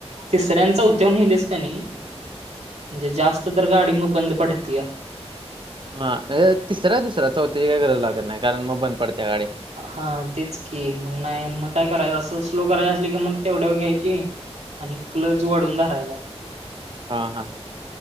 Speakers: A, on the right; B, on the right.
A: तिसऱ्यां आणि चौथ्यावर न्हेलस कणी. म्हणजे जास्त तर गाडी मग बंद पडत्या.
B: हा तिसरा दुसरा चौथ्याची काही गरज लागत नाही. कारण मग बंद पडत्या गाडी.
A: हा तेच की, मग नाही मग काय करायचं. असं स्लो करायचं असल की, मग तेवढ्या वर घ्यायची. आणि क्लज वाढून धरायचा.
B: हा हा.